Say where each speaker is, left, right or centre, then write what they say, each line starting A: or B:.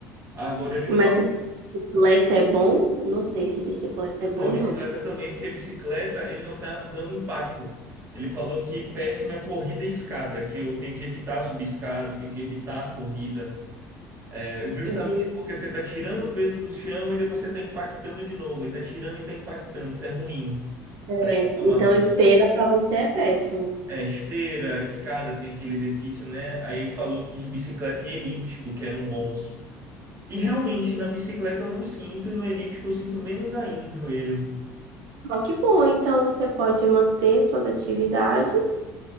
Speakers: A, on the right; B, on the right.
A: Agora ele falou,
B: Mas se bicicleta é bom, não sei se bicicleta é bom,
A: não, bicicleta
B: não.
A: também, porque bicicleta ele não tá dando impacto. Ele falou que péssima é corrida e escada, que eu tenho que evitar subir escada, eu tenho que evitar a corrida. É, justamente
B: Entendi.
A: porque você tá tirando o peso do chão e depois você tá impactando de novo, e tá tirando e tá impactando, isso é ruim
B: É,
A: para inflamação.
B: Então, esteira para você é péssimo.
A: É, esteira, escada, tem aquele exercício, né? Aí ele falou que de bicicleta e elíptico, que eram bons. E realmente, na bicicleta eu não sinto, e no elíptico eu sinto menos ainda o joelho.
B: Só que bom, então você pode manter suas atividades